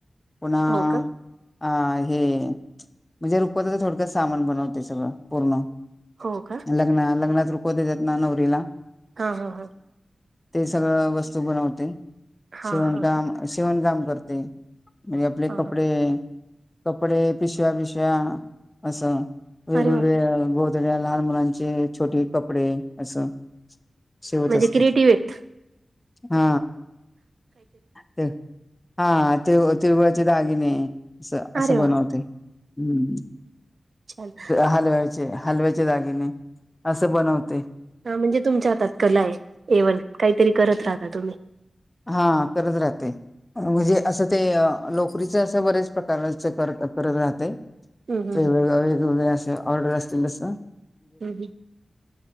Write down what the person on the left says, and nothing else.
पुन्हा
अ हे म्हणजे ड सा ब पूण
दकोतात नानवररिला
ते सगळं वस्तू बनवते
शिवणकाम
शिवणकाम करते म्हणे आपले
कपडे
कपडे पिशव्या बिशव्या असं वेगवेगळ्या
गोत्या लहान मुलांचे छोटे कपडे असं शिवत
असते
हा ते हा तेव तेवळ्याचे दागिने अस असं
बनवते
हम्म
हलव्याचे हलव्याच्या जागेने असं बनवत
हा करत राहतेे असं ते नोकरीच असं बरेच प्रकारच करत करत राहते
वेगवेग
वेगवेगळे असे ऑर्डर असतील जसं